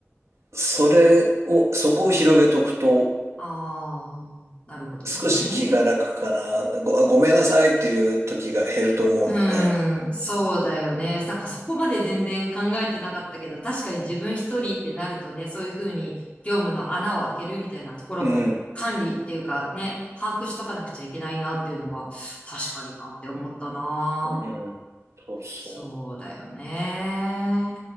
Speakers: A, on the right (about 70°); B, on the left (about 25°).
A: それを、そこを広げとくと、
B: ああ、なるほどね。
A: 少し気が楽かな。ご、ごめんなさいっていう時が減ると思うので。
B: うーん、そうだよね。
A: う
B: なんかそこまで全然考えてなかったけど、確かに自分一人ってなるとね、そういうふうに業務の穴を開けるみたいなところも管理っていうかね、
A: ん。
B: 把握しとかなくちゃいけないなっていうのは、確かになって思ったな。
A: うん。そうそ
B: そうだよね。